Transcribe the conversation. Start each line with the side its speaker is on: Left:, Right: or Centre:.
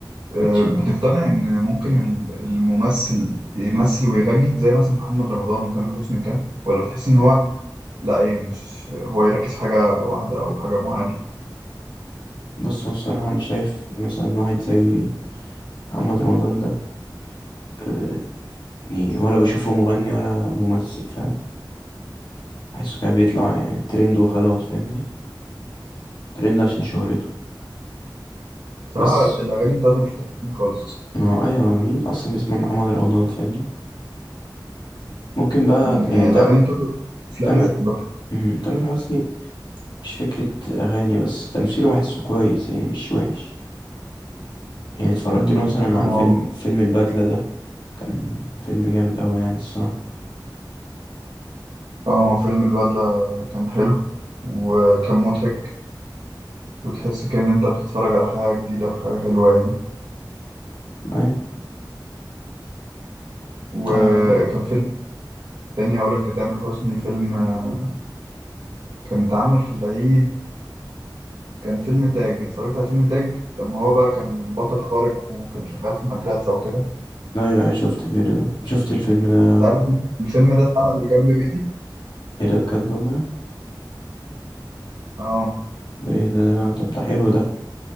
Right: آه،
Left: اتش-
Right: بتقتنع إن ممكن ال- الممثل يمثل ويغني زي مثلا محمد رمضان وتامر حسني وكده ولا بتحس إن هو لأ إيه مش هو يركز في حاجة واحدة أو حاجة معينة
Left: بص هو الصراحة أنا شايف مثلا واحد زي محمد رمضان ده آه، يعني ولا بشوفه مغني ولا ممثل فاهم بحسه كده بيطلع ترند وخلاص فاهمني ترند عشان شهرته
Right: بصراحة
Left: بس
Right: الأغاني بتاعته مش بتعجبني خالص
Left: ما هو ايوه مين اصلا بيسمع محمد رمضان فاهمني ممكن بقى
Right: أمم،
Left: ت-
Right: يعني
Left: يعني تا-
Right: الأغاني بتاعته أفلام
Left: تامر
Right: مش بحبها
Left: مم، تامر حسني مش فكرة اغاني بس تمثيله بحسه كويس يعني مش وحش يعني اتفرجت
Right: أمم،
Left: له مثلا على
Right: ما
Left: فيلم
Right: هو
Left: فيلم البدلة ده كان فيلم جامد قوي يعني الصراحة
Right: آه ما هو فيلم البدلة كان حلو وكان مضحك وتحس كأن أنت بتتفرج على حاجة جديدة وحاجة حلوة يعني
Left: ايه
Right: وكان
Left: تا...
Right: فيلم تاني هقولك لتامر حسني فيلم آه، كان اتعمل في العيد كان فيلم تاج اتفرجت على فيلم تاج لما هو بقى كان بطل خارق وكان شغال في مدرسة وكده
Left: ايوه ايوه شفت الفيديو ده شفت الفيلم ده
Right: انت عارف الفيلم ده اتعمل جنب بيتي
Left: ايه ده بجد والله
Right: اه
Left: ده ايه ده ده- طب ده حلو ده